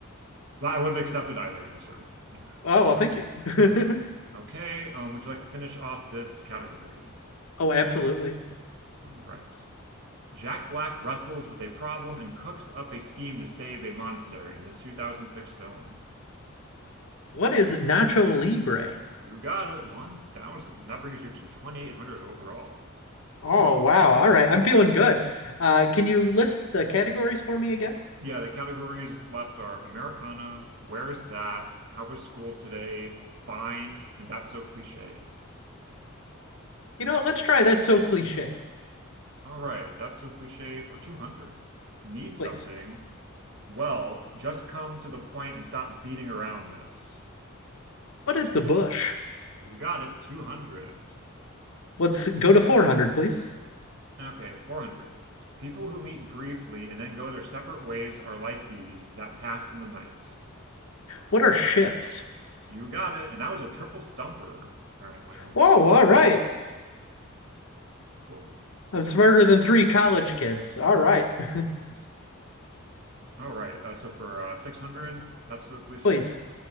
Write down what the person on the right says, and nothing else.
Well, I would have accepted either answer. <laughs>
Okay, um, would you like to finish off this category?
All right. Jack Black wrestles with a problem and cooks up a scheme to save a monastery in this 2006 film.
You got it, 1000. That brings you to 2800 overall.
What?
Yeah, the categories left are Americana, Where's That, How Was School Today, Fine, and That's So Cliche.
All right, that's so cliche for 200. Need something?
Well, just come to the point and stop beating around this.
You got it, 200.
Okay, 400. People who meet briefly and then go their separate ways are like these that pass in the night.
You got it. And that was a triple stumper, apparently.
Cool.
<laughs> All right. Uh, so for uh, 600, that's so cliche.